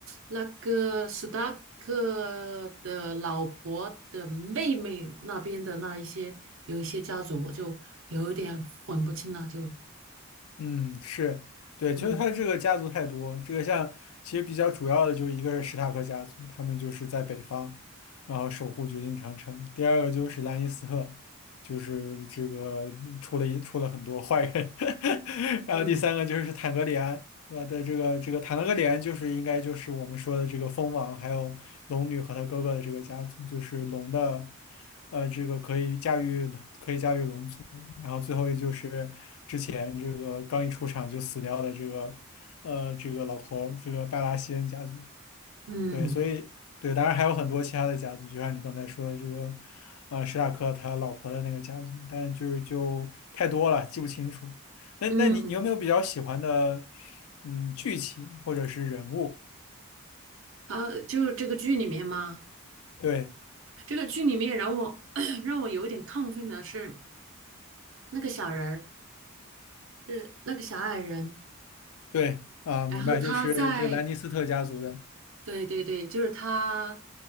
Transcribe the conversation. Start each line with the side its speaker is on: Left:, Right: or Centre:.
Right: 那个史达克的老婆的妹妹那边的那一些，有一些家族，我就有一点混不清了。就
Left: 嗯，是，对，就是他这个家族太多，
Right: 嗯
Left: 这个像其实比较主要的就一个是史塔克家族，他们就是在北方，然后守护绝境长城；第二个就是兰尼斯特，就是这个出了一出了很多坏人；<laughs> 然后第三个就是坦格里安，
Right: 嗯
Left: 呃的这个这个谈了个点，就是应该就是我们说的这个蜂王，还有龙女和她哥哥的这个家族，就是龙的，呃，这个可以驾驭可以驾驭龙族，然后最后也就是之前这个刚一出场就死掉的这个，呃，这个老头儿这个拜拉希恩家族。
Right: 嗯
Left: 对，所以对，当然还有很多其他的家族，就像你刚才说的这个，呃，史塔克他老婆的那个家族，但就是就太多了，记不清楚。那那你你有没有比较喜欢的，
Right: 嗯，
Left: 嗯，剧情或者是人物？
Right: 啊，就是这个剧里面嘛，
Left: 对
Right: 这个剧里面让我 <coughs> <clears throat> 让我有一点亢奋的是那个小人儿，就是那个小矮人。
Left: 对啊，
Right: 然后他在，
Left: 明白，就是这兰尼斯特家族的
Right: 对对对，就是他